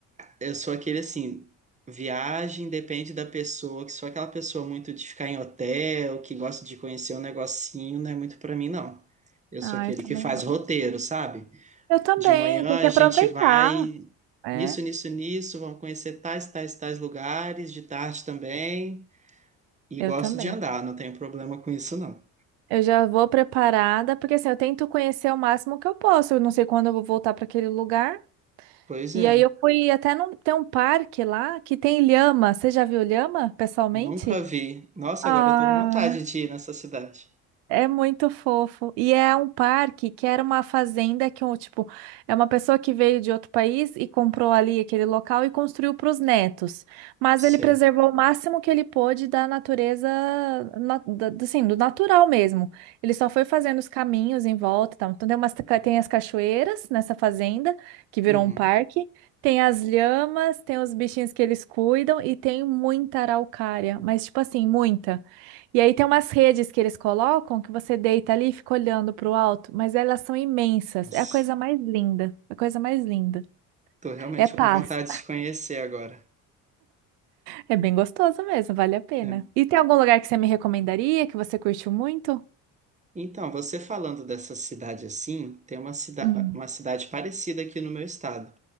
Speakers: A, on the right; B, on the right.
A: eu sou aquele assim. Viagem depende da pessoa, que sou aquela pessoa muito de ficar em hotel, que gosta de conhecer um negocinho, não é muito pra mim, não. Eu
B: Ah,
A: sou aquele
B: eu também
A: que faz
B: não.
A: roteiro, sabe?
B: Eu também,
A: De manhã
B: tem que
A: a
B: aproveitar.
A: gente vai
B: É,
A: nisso, nisso, nisso, vamos conhecer tais, tais, tais lugares, de tarde também. E
B: eu
A: gosto
B: também.
A: de andar, não tenho problema com isso, não.
B: Eu já vou preparada, porque assim, eu tento conhecer o máximo que eu posso. Eu não sei quando eu vou voltar para aquele lugar.
A: Pois
B: E
A: é,
B: aí eu fui até num, tem um parque lá que tem lhama. Você já viu lhama pessoalmente?
A: nunca vi. Nossa,
B: Ah,
A: agora eu tô com vontade de ir nessa cidade.
B: É muito fofo. E é um parque que era uma fazenda que, um, tipo, é uma pessoa que veio de outro país e comprou ali aquele local e construiu para os netos. Mas
A: Sei.
B: ele preservou o máximo que ele pôde da natureza, na- da- da- assim, do natural mesmo. Ele só foi fazendo os caminhos em volta e tal. Então tem umas, ca- tem as cachoeiras nessa fazenda, que virou
A: Uhum.
B: um parque. Tem as lhamas, tem os bichinhos que eles cuidam e tem muita araucária. Mas, tipo assim, muita. E aí tem umas redes que eles colocam que você deita ali e fica olhando pro alto, mas elas são imensas.
A: Nossa,
B: É a coisa mais linda. É a coisa mais linda.
A: tô realmente
B: É paz.
A: com vontade de conhecer agora.
B: É bem gostoso mesmo, vale a pena.
A: É.
B: E tem algum lugar que você me recomendaria, que você curtiu muito?
A: Então, você falando dessa cidade assim, tem uma, cida
B: Hum,
A: uma cidade parecida aqui no meu estado,